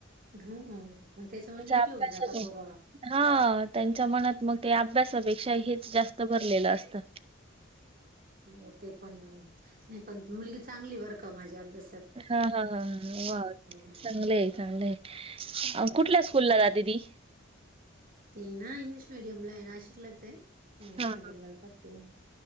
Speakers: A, on the right (about 45°); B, on the right (about 30°).
A: हो आहो म त्याच्यामुळं निगेटिव्ह
B: अभ्यासात
A: होऊन जाता पोर
B: हा त्यांच्या मनात म ते अभ्यासापेक्षा हेच जास्त भरलेलं असतं
A: हो ते पण हो नाही पण मुलगी चांगलीये बर का, माझी अभ्यास
B: हा हा हा हा वा
A: आहे.
B: चांगलय चांगलय. अ कुठल्या स्कूल ला जाते ती
A: ती ना इंग्लिश मीडयमला ये नाशिकलाच ये इंग्लिश
B: हा
A: मीडयमला जाते.